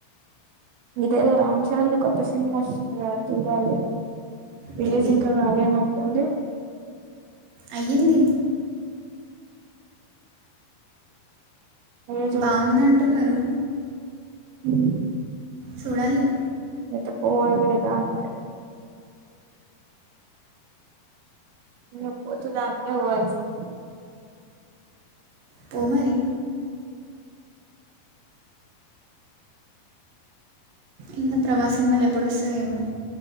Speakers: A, on the right; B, on the right.
A: మీదేదో రామ్ చరణ్దిది కొత్త సినిమా వస్తుంది కద ఆది చూడాలి రిలీజ్
B: పెద్ది
A: ఇంకా కాలినట్టుంది
B: అయింది
A: అదే
B: బాగుంది అంటున్నారు
A: ఉ
B: సోడాలి ఇగ
A: ఇంకా పోవాలి కదా అంతే ఇంకా పోతే దానికే పోవాల్సిందే
B: పో మరి ఇంకా ప్రభాస్ సినిమాలు ఎప్పుడు వస్తాయో ఏమో